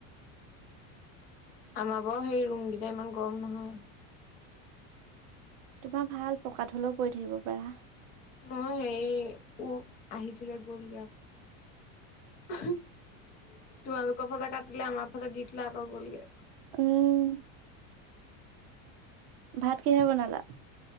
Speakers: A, on the left (about 25°); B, on the right (about 45°).
A: আমাৰ বাও সেই ৰুমকেইটা ইমান গৰম নহয়
B: তোমাৰ ভাল পকাত হলেও পৰি থাকিব পাৰা
A: নহয় সেই ও আহিছিলে গ'লগে আকৌ তোমালোকৰ ফালে কাটিলে আমাৰ ফালে দিছিলে আকৌ গলগে
B: উম ভাত কিহেৰে বনালা